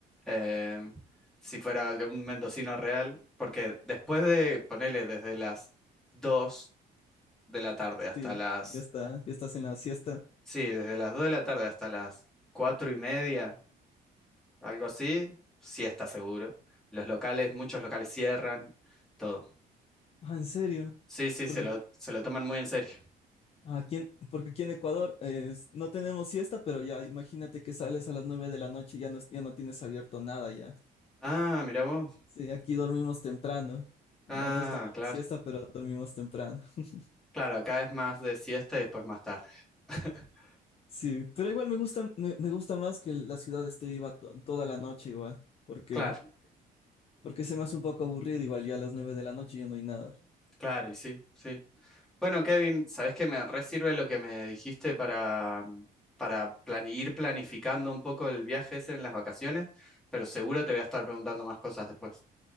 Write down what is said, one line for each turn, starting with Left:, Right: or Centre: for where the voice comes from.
Centre: Eh, si fuera un mendocino real, porque después de, ponele, desde las dos de la tarde hasta
Left: Sí,
Centre: las,
Left: ya está, ya estás en la siesta.
Centre: sí, desde las 2 de la tarde hasta las 4 y media algo así, sí está seguro. Los locales, muchos locales cierran, todo.
Left: Ah, ¿en serio?
Centre: Sí, sí,
Left: Porque
Centre: se lo, se lo toman muy en serio.
Left: ah, aquí en, porque aquí en Ecuador es- no tenemos siesta, pero ya imagínate que sales a las 9 de la noche y ya no, ya no tienes abierto nada ya.
Centre: Ah, mira vos.
Left: Sí, aquí dormimos temprano. No
Centre: Ah,
Left: nos tomamos
Centre: claro.
Left: siesta, pero dormimos temprano. <laughs>
Centre: Claro, acá es más de siesta y después más tarde. <laughs>
Left: Sí, pero igual me gusta, me, me gusta más que la ciudad esté viva to- toda la noche igual, porque,
Centre: Claro,
Left: porque se me hace un poco aburrido igual ya a las 9 de la noche ya no hay nada.
Centre: claro, y sí, sí. Bueno, Kevin, ¿sabés que me re sirve lo que me dijiste para, para plan- ir planificando un poco el viaje ese en las vacaciones? Pero seguro te voy a estar preguntando más cosas después.